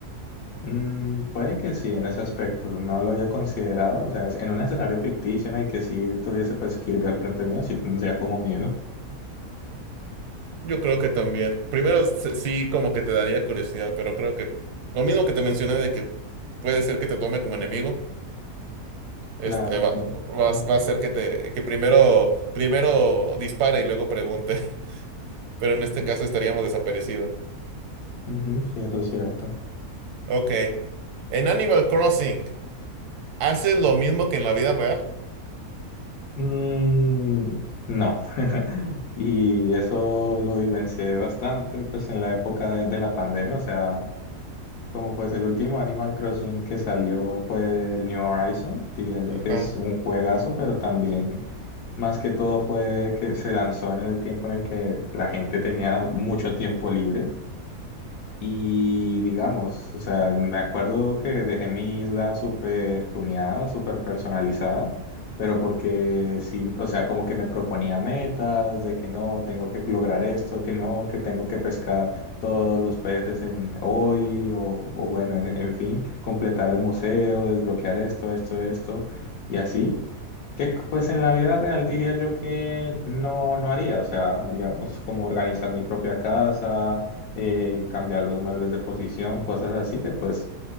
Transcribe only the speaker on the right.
Yo creo que también. Primero, se- sí, como que te daría curiosidad, pero creo que lo mismo que te mencioné de que puede ser que te tome como enemigo, este,
va,
va,
a va a ser que te, que primero, primero dispare y luego pregunte, <laughs> pero en este
caso estaríamos desaparecidos.
Ok. En Animal Crossing, ¿haces lo mismo que en la vida real?
Ajá.